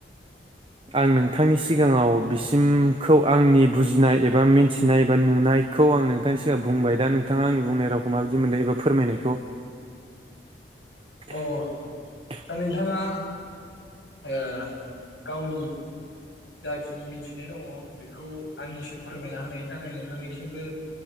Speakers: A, on the right; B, on the left.
A: आं नोंथांनि सिगाङाव बिसिमखौ आंनि बुजिनाय एबा मिथिनाय एबा नुनायखौ आं नोंथांनि सिगां बुंबाय दा नोंथाङा आंनि बुंनाय रावखौ माबायदि मोनदों एबा फोरमायनायखौ। <unintelligible>
B: अ दा नोंथाङा ओ गावनि जाखिनि मिथिनाय दङ बेखौ आंनिसिम फोरमायना होनायनि थाखाय नोंथांनिसिमबो